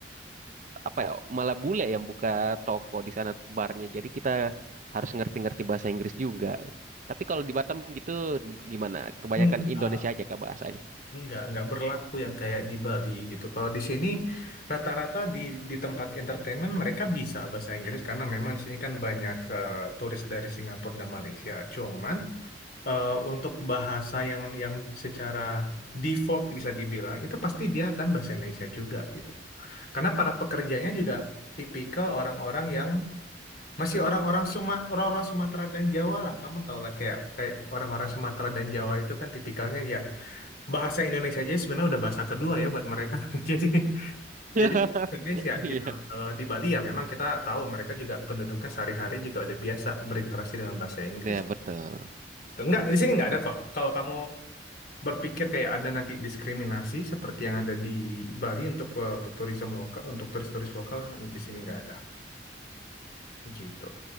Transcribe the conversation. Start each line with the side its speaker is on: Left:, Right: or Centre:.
Right: apa ya malah bule yang buka toko di sana barnya. Jadi kita harus ngerti-ngerti bahasa Inggris juga. Tapi kalau di Batam gitu gimana? Kebanyakan
Left: enggak,
Right: Indonesia aja kah bahasanya?
Left: enggak, enggak berlaku yang kayak di Bali gitu. Kalau di sini rata-rata di di tempat entertainment mereka bisa bahasa Inggris karena memang di sini kan banyak eh, turis dari Singapura dan Malaysia. Cuman eh, untuk bahasa yang yang secara default bisa dibilang itu pasti dia akan bahasa Indonesia juga gitu. Karena para pekerjanya juga tipikal orang-orang yang Masih orang-orang Suma, orang-orang Sumatera dan Jawa lah, kamu tau lah kayak kayak orang-orang Sumatera dan Jawa itu kan tipikalnya ya bahasa Indonesia aja sebenarnya udah bahasa kedua ya buat mereka. <laughs> Jadi
Right: <laughs>
Left: jadi kayak bahasa Indonesia
Right: Iya,
Left: gitu. Kalau di Bali ya memang kita tahu mereka juga penduduknya sehari-hari juga udah biasa berinteraksi dengan bahasa Inggris.
Right: ya betul.
Left: Tuh, enggak, di sini nggak ada kok. Kalau kamu berpikir kayak ada nanti diskriminasi seperti yang ada di Bali untuk eh, turisme lokal, untuk turis-turis lokal di sini nggak ada. Gitu.